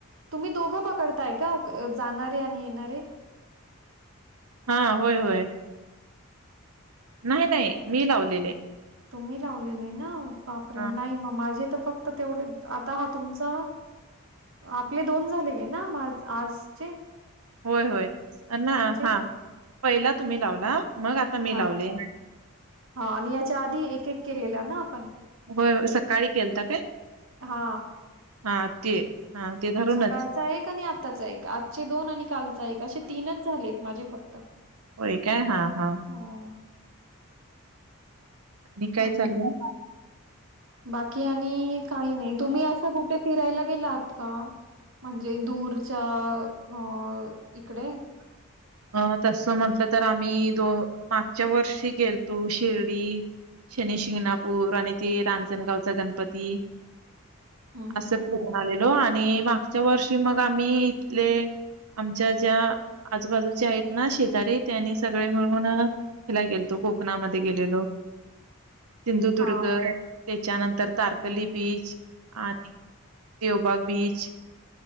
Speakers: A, on the right; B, on the right.
A: तुम्ही दोघं पकडताय का जाणारे आणि येणारे?
B: हा होय होय नाही नाही, मी लावलेले
A: तुम्ही लावलेले ना बापरे,
B: हा
A: नाही मग माझे तर फक्त तेवढे. आता हा तुमचा, आपले दोन झालेले ना मा आजचे?
B: होय होय ना
A: आजचे
B: हा पहिला तुम्ही लावला मग आता मी
A: हा
B: लावले
A: हा आणि याच्या आधी एक एक केलेलं ना आपण.
B: होय होय सकाळी केलता काय?
A: हा.
B: हा ते हा ते धरूनच
A: सकाळचा एक आणि आताचा एक, आजचे दोन आणि कालचा एक असे तीनच झालेत माझे फक्त.
B: होय काय? हा हा.
A: हो,
B: आणि काय
A: आहे
B: चाललंय?
A: वाटतं. बाकी आणि काही नाही तुम्ही असं कुठे फिरायला गेलातं का म्हणजे दूरच्या अ इकडे?
B: अं तस म्हंटलं तर आम्ही दो मागच्या वर्षी गेलतो शिर्डी शनी शिंगणापूर आणि ते रांजणगावचा गणपती.
A: हं, हं,
B: अस फिरून
A: हं.
B: आलेलो. हॅलो आणि मागच्या वर्षी मग आम्ही इथले आमच्या ज्या आजूबाजूचे आहेत ना शेजारी ते नी सगळे मिळून ह्यला गेलतो, कोकणामध्ये गेलेलो. सिंधुदुर्ग,
A: हां,
B: त्याच्यानंतर तारकली बीच आणि देवबाग बीच,